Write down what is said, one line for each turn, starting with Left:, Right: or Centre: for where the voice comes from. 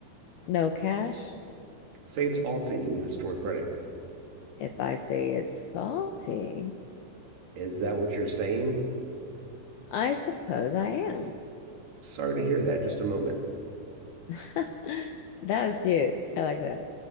Left: No cash.
Right: Say it's faulty, you can get a store credit.
Left: If I say it's faulty,
Right: Is that what you're saying?
Left: I suppose I am.
Right: Sorry to hear that. Just a moment.
Left: <laughs> That was cute. I like that.